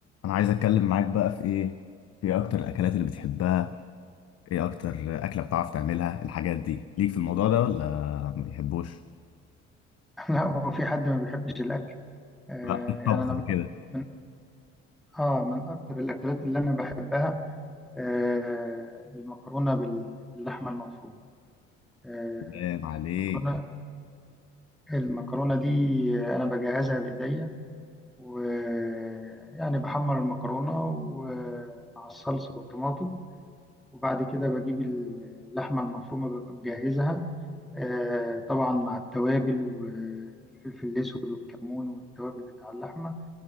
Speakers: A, on the left; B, in the centre.
A: انا عايز اتكلم معاك بقى في ايه في إيه اكتر الاكلات اللي بتحبها ايه اكتر اكله بتعرف تعملها الحاجات دي ليك في الموضوع ده ولا ما بيحبوش
B: <laughs> لا هو في حد ما بيحبش الأكل آه
A: لا الطبخ
B: يعني أنا
A: وكده
B: من أكتر من آه من أكتر الأكلات اللي أنا بحبها آه المكرونة بال- باللحمة المفرومة آه
A: سلام عليك
B: المكرونة المكرونة دي أنا بجهزها بإيديا ويعني بحمر المكرونة ومع الصلصة والطماطم وبعد كده بجيب اللحمة المفرومة ببقى مجهزها آه طبعا مع التوابل والفلفل الأسود والكمون والتوابل بتاع اللحمة